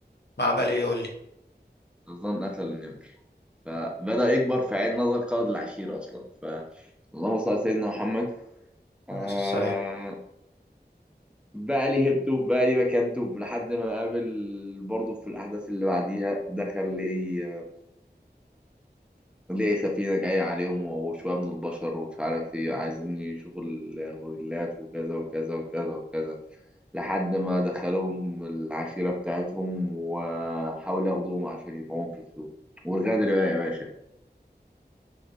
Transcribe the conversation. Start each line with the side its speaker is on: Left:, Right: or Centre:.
Left: ما عمل ايه يقول لي
Centre: طرزان قتل النمر فبدأ يكبر في عين نظر قاضي العشيرة أصلا ف اللهم صل على سيدنا محمد آه...
Left: عليه الصلاه والسلام.
Centre: بقى لي هيبته بقى لي مكانته لحد ما قابل برضه في الأحداث اللي بعديها دخل لي آه، ليه سفينة جاية عليهم وشوية من البشر ومش عارف ايه عايزين يشوفوا الغوريلات وكذا وكذا وكذا وكذا لحد ما دخلوهم العشيرة بتاعتهم وحاولوا ياخدوهم عشان يبيعوهم في السوق والغدر بقى يا باشا